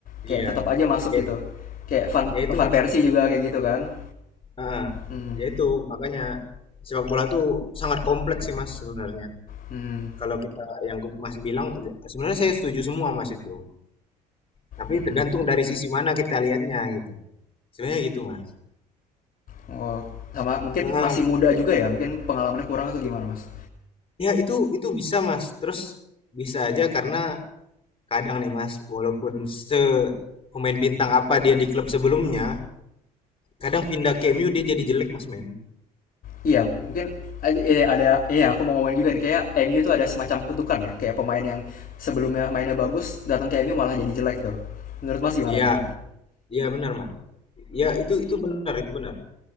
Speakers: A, on the left (about 40°); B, on the left (about 25°).
A: kayak
B: iya,
A: tetap aja masuk
B: ya
A: gitu kayak Van
B: ya itu
A: Van
B: Mas,
A: Persie juga kayak gitu kan
B: heeh,
A: hmm
B: ya itu makanya sepak bola tuh sangat kompleks sih Mas sebenarnya,
A: hmm,
B: kalau kita yang Mas bilang sebenarnya saya setuju semua Mas itu. Tapi
A: hmm,
B: tergantung
A: hmm.
B: dari sisi mana kita lihatnya gitu. Sebenarnya gitu, Mas.
A: Oh, sama mungkin
B: Heeh.
A: masih muda juga ya mungkin pengalamannya kurang atau gimana mas
B: Ya itu itu bisa, Mas. Terus bisa aja karena kadang nih, Mas, walaupun se pemain bintang apa dia di klub sebelumnya, kadang pindah ke MU dia jadi jelek, Mas, men.
A: Iya, mungkin ini ada iya aku mau ngomongin juga nih kayak MU tuh ada semacam kutukan ya kayak pemain yang sebelumnya mainnya bagus datang ke MU malah jadi jelek tuh menurut mas gimana
B: Iya,
A: tuh
B: iya benar, Mas. Iya, itu itu benar, itu benar.